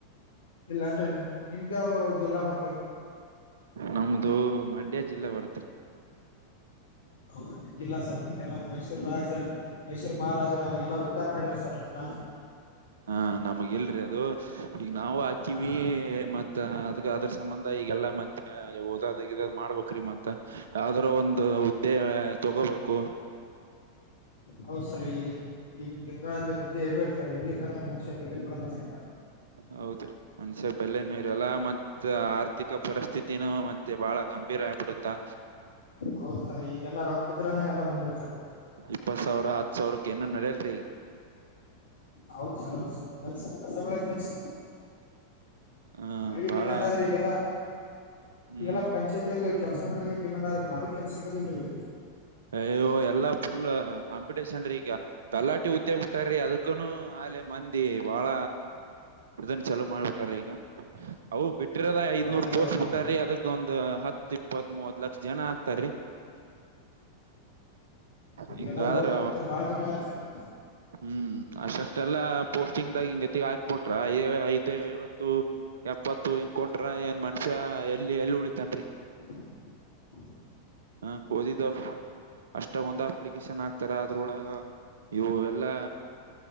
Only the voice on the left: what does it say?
ಇಲ್ಲನ್ರಿ ನಿ ನಿಮ್ದೇಾವ್ ಜಿಲ್ಲಾ ಬರ್ತದ
ಹೌ ನಿಮ್ಗೆಿಲ್ಲ ಸರ್ ನಿಮ್ಗೆಲ್ಲ ಮೈಸೂರು ರಾಜ ಮೈಸೂರು ಮಹಾರಾಜರ ಅವಾಗೆಲ್ಲಾ ನಿಾರ ಮಾಡಿ್ರ ಸರ್ ನಿಮ್ನ
ಆ
ಹೌದ್ ಸರ್ ಈಗನ್ ಈಗಿನ ದಿನಗಳಲ್ಲಿ ಹುದ್ದೆ ಇರ್ಬೇಕೇಕ್ ಸರ್ ಇಡ್ಲಿಕ್ಕಂದ್ರೆ ಮನುಷ್ಯ ಬೇಟ ಕೊಡಲ್ಲ ಸರ್
ಹೌದ್ ಸರ್ ಈಗೆಲ್ಲ ರೋಗ್ತಿದ್ರನೆ ಎಲ್ಲಾ ಮುಂದೆ ಸರ್
ಹೌದು ಸರ್ ಹೌದು ಸರ್ಲ್ಸ ಸಸ ಕೆಲ್ಸ
ಅವ್ರಿಗೆ
ಡಿಮ್ಯಾಂಡ್ ಆದ್ರೆ ಈಗೆಲ್ಲ
ಈಗೆಲ್ಲಾ ಪಂಚಾಯತಿ ಕೆಲಸ ಮಾಡಿದ್ರ ಡಿಮ್ಯಾಂಡ್ ಆದ್ರ ಈಗ ಅದಕ್ಕೆ ಕೆಸ ಸಿಗೋದಲ್ರಿ ಈಗ
ಹೌದ್ರಿ
ಹೌದ್ರಿ
ಎಲ್ಲ ಓದ್ ಕುಂತಾರ ಬಾಳ ಜನ ಯಾರ ಸರಿ
ಹ